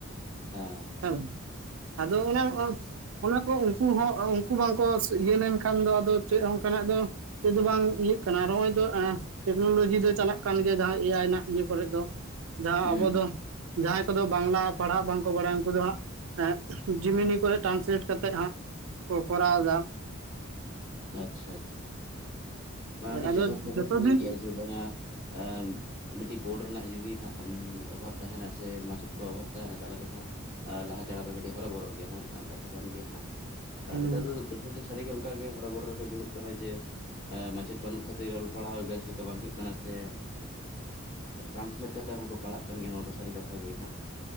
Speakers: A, on the left; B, on the right.
A: ᱦᱮᱸ,
B: ᱦᱮᱸ ᱟᱫᱚ ᱚᱱᱮ ᱚᱝᱼᱼ ᱚᱱᱟ ᱠᱚ ᱩᱱᱠᱩ ᱦᱚᱸ ᱟᱺ ᱩᱱᱠᱩ ᱵᱟᱝᱠᱚ ᱤᱭᱟᱹ ᱞᱮᱱᱠᱷᱟᱱ ᱫᱚ ᱟᱫᱚ ᱪᱮᱫ ᱚᱱᱠᱟᱱᱟᱜ ᱫᱚ ᱥᱮ ᱫᱚ ᱵᱟᱝ ᱤᱭᱟᱹᱜ ᱠᱟᱱᱟ ᱱᱚᱜᱚᱭ ᱫᱚ ᱮᱸ ᱴᱮᱠᱱᱳᱞᱚᱡᱤ ᱫᱚ ᱪᱟᱞᱟᱜ ᱠᱟᱱ ᱜᱮᱭᱟ, ᱡᱟᱦᱟᱸ ᱮ ᱟᱭ ᱨᱮᱱᱟᱜ ᱤᱭᱟᱹ ᱠᱚᱨᱮ ᱫᱚ᱾ ᱡᱟᱦᱟᱸ
A: ᱦᱩᱸ
B: ᱟᱵᱚ ᱫᱚ ᱡᱟᱦᱟᱸᱭ ᱠᱚᱫᱚ ᱵᱟᱝᱜᱽᱞᱟ ᱯᱟᱲᱦᱟᱜ ᱵᱟᱝᱠᱚ ᱵᱟᱰᱟᱭᱟ ᱩᱱᱠᱩ ᱫᱚ ᱦᱟᱸᱜ ᱦᱮᱸᱡᱤᱢᱤᱱᱤ ᱠᱚᱨᱮ ᱴᱨᱟᱱᱥᱞᱮᱴ ᱠᱟᱛᱮᱫ ᱦᱟᱸᱜ ᱠᱚ ᱠᱚᱨᱟᱣ ᱮᱫᱟ᱾
A: ᱟᱪᱪᱷᱟ, ᱟᱪᱪᱷᱟ, ᱟᱹᱰᱤ
B: ᱟᱫᱚ
A: ᱡᱚᱛᱷᱟᱛ ᱠᱟᱛᱷᱟ
B: ᱡᱚᱛᱚ
A: ᱵᱮᱱ ᱞᱟᱹᱭ
B: ᱫᱤᱱ
A: ᱠᱮᱫᱼᱟ ᱡᱮ ᱵᱟᱝ-ᱟ, ᱮᱸᱼᱼ ᱢᱤᱫᱴᱤᱡ ᱵᱳᱨᱰ ᱨᱮᱱᱟᱜ ᱡᱩᱫᱤ ᱚᱵᱷᱟᱵᱽ ᱛᱟᱦᱮᱸᱱᱟ ᱥᱮ ᱢᱟᱪᱮᱫ ᱠᱚᱣᱟᱜ ᱚᱵᱷᱟᱵᱽ ᱛᱟᱦᱮᱸᱱᱟ ᱛᱟᱦᱚᱞᱮ ᱫᱚ ᱦᱟᱸᱜ ᱞᱟᱦᱟ ᱪᱟᱞᱟᱣ ᱫᱚ ᱠᱟᱹᱴᱤᱢ ᱦᱚᱨᱚᱵᱚᱨᱚᱜ ᱜᱮᱭᱟ, ᱱᱚᱣᱟ ᱫᱚ ᱦᱟᱸᱜ ᱠᱟᱛᱷᱟ ᱠᱟᱱ ᱜᱮᱭᱟ ᱦᱟᱸᱜ᱾ ᱟᱨ
B: ᱦᱮᱸ
A: ᱱᱮᱛᱟᱨ ᱫᱚ ᱠᱟᱛᱷᱟ ᱫᱚ ᱥᱟᱹᱨᱤᱜᱮ ᱚᱱᱠᱟ ᱜᱮ ᱦᱚᱨᱚᱵᱚᱨᱚ ᱨᱮᱠᱚ ᱡᱩᱲᱩᱜ ᱠᱟᱱᱟ ᱡᱮ ᱟᱨ ᱢᱟᱪᱮᱫ ᱵᱟᱹᱱᱩᱜ ᱠᱷᱟᱹᱛᱤᱨ ᱚᱞ-ᱯᱟᱲᱦᱟᱣ ᱵᱮᱥ ᱞᱮᱠᱟ ᱵᱟᱝ ᱦᱩᱭᱩᱜ ᱠᱟᱱᱟ ᱥᱮ ᱟᱨ ᱴᱨᱟᱱᱥᱞᱮᱴ ᱠᱟᱛᱮᱫ ᱦᱚᱸᱠᱚ ᱯᱟᱲᱦᱟᱜ ᱠᱟᱱ ᱜᱮᱭᱟ ᱱᱚᱣᱟ ᱫᱚ ᱥᱟᱹᱨᱤ ᱠᱟᱛᱷᱟ ᱜᱮ ᱦᱟᱸᱜ